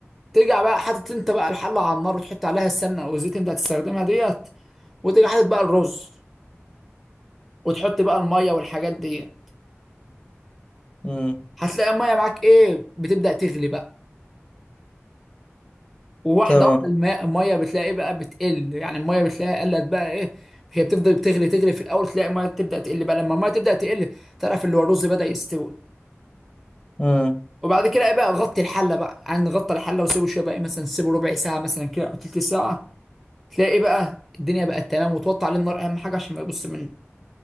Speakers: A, in the centre; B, on the left.
A: ترجع بقى حاطط انت بقى الحله على النار وتحط عليها السمنه او الزيت اللي انت هتستخدمها ديت وتيجي حاطط بقى الرز وتحط بقى الميه والحاجات ديت
B: مم.
A: هتلاقي الميه معاك ايه بتبدا تغلي بقى وواحده
B: تمام
A: واحده الماء الميه بتلاقي ايه بقى بتقل يعني الميه بتلاقيها قلت بقى ايه هي بتفضل بتغلي تغلي في الاول تلاقي الميه تبدا تقل بقى لما الميه تبدا تقل تعرف اللي هو الرز بدا يستوي
B: مم.
A: وبعد كده ايه بقى نغطي الحله بقى يعني نغطي الحله وسيبه شويه بقى إيه مثلا سيبه ربع ساعه مثلا كده او تلت ساعه تلاقي إيه بقى الدنيا بقت تمام وتوطي عليه النار اهم حاجه عشان ما يبص منه